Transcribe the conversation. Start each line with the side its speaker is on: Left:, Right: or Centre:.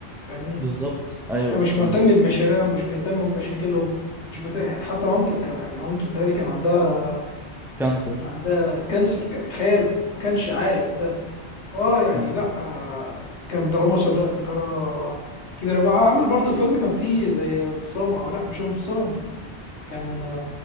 Left: فاهمني
Centre: بالظبط ايوه
Left: انت مش
Centre: فاهم
Left: مهتم بمشاريعهم مش مهتم بمشاكلهم مش بتاع يعني حتى مامتك كان يعني مامته تقالي كان عندها
Centre: كانسر
Left: كان عندها كانسر كان تخيل ما كانش عارف ده اه يعني
Centre: مم.
Left: لا آه، يعني كان دراما سوداء بطريقه كبيره وعمل برضه فيلم كان فيه زي انفصام او لا مش انفصام كان